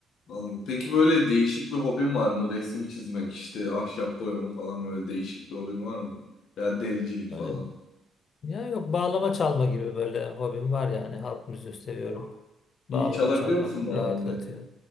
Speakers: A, on the left; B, on the left.
A: Anladım. Peki böyle değişik bir hobin var mı? Resim çizmek işte ahşap boyama falan böyle değişik bir hobin var mı? Ya dericilik
B: Böyle
A: falan.
B: ya yok bağlama çalma gibi böyle hobim var yani. Halk müziği seviyorum.
A: Yok.
B: Bağlama
A: İyi çalabiliyor
B: çalmak
A: musun bağlamayı?
B: rahatlatıyor.